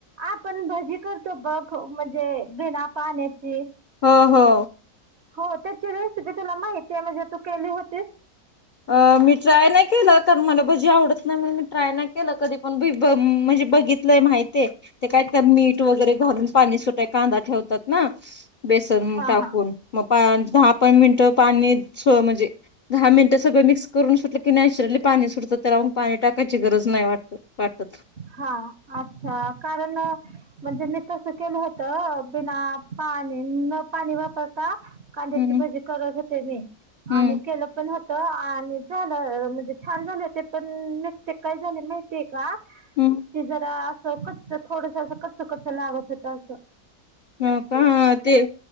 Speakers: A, on the right; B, on the left.
A: आपण भजी करतो बघ म्हणजे बिना पाण्याची
B: हा हा
A: हो त्याची रेसिपी तुला माहिती आहे म्हणजे तू केली होतीस
B: अ मी ट्राय नाही केलं कारण मला भजी आवडत नाही म्हण मी ट्राय नाही केलं कधी पण बित मा काय मी वगैरे घालून पाणी सु कांदा ठेवतात बेसन
A: हा
B: टाकून
A: हा
B: मग दहा प मिनटं पाणी म्हणजे दहा मिनट ते सगळं मिक्स करून सुटलं की नॅचरली पाणी सुटतं त्यालाग पाणी टाकायची गरज नाही वाटत वाटत
A: हा अच्छा कारण म्हणजे मी तस केलं होत बिना पा न पाणी वापरता कांद्याची
B: हम्म
A: भजी करत होते मी
B: हम्म
A: आणि केलं पण हो आणि झालं म्हणजे छान झालं ते पण मस्ते काही झाले माहितीय का
B: हम्म
A: ते जरा असं कच्च थोडस अस कच्च कच्च लागत होत असं
B: हो का ते